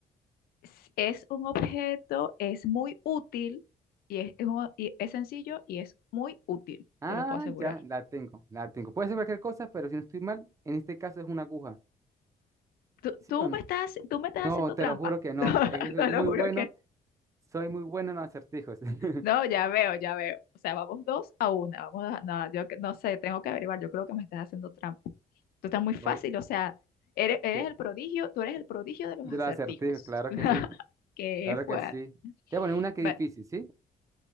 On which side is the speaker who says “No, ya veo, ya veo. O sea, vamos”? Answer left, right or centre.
Left